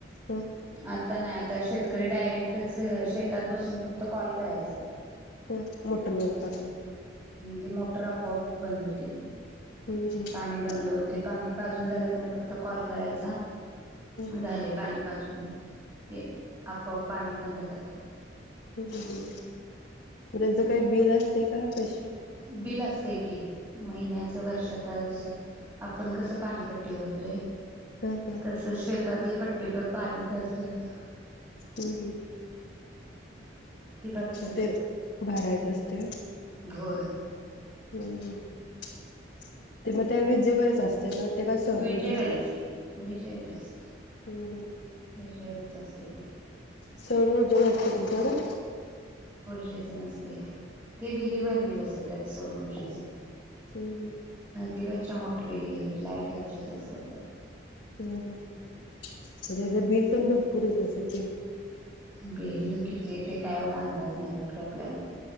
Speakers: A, on the left (about 65°); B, on the right (about 15°).
A: ह
B: आता नाही आता आता शेतकरी डायरेक्टच शेतात बसून फक्त कॉल करायचं. चा
A: ह मोटर बंद करा. म्हणून
B: ते मोटर आपोआप बंद होती ते
A: हम्म हम्म
B: पाणी बंद होते. पा पाजून झालं कि नाही फक्त कॉल करायचा.
A: हम्म
B: झालंय पाणी पाजून म्हणून ते आपोआप पाणी बंद करा. <inaudible>
A: हम मग त्यांचे काही बिल असतं. ते काय पैशे
B: बिल असते की. महिन्याच वर्षाचा असं. आपण कसं पाणीपट्टी भरतोय.
A: हं हं
B: तसं शेतातली पट्टीभर पाण्याचे असतेत.
A: हम्म हम्म.
B: ती भरत्यात
A: ते भरायचं अस ते
B: होय
A: हम्म हम्म ते ते मग त्या विजेवरचं अस तेना ते का सौर
B: विजेवरच
A: ऊर्जे वर हाय?
B: की विजेवरच.
A: हम्म हम्म.
B: विजेवरच असतय ते.
A: सौरऊर्जा नाहीत का तुमच्याकडं?
B: द्यायच नसतय ते. ते विहिरीवरनी बसवत्याच. सौरऊर्जेच.
A: हम्म हम्म.
B: तिवच्या मोटरीत वर्च्याच असत्यात. <inaudible>
A: हम्म हम्म. तेज बिल? तेन भरपूर येत असल की?
B: बिल किती येतय काय एवढा अंदाज नाय बापरे आपल्याला.